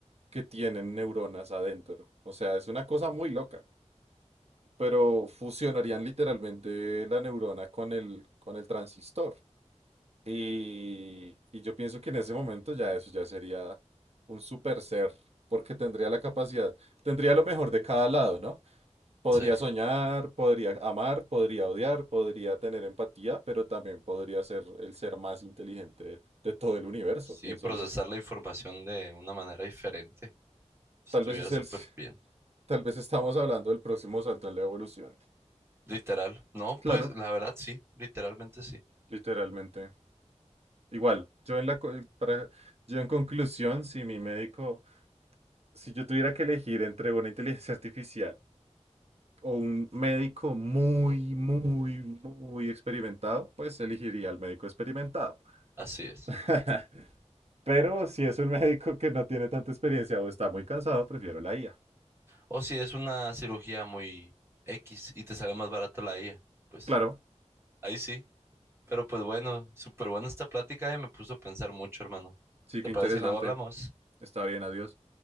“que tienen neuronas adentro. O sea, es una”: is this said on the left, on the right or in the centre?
Right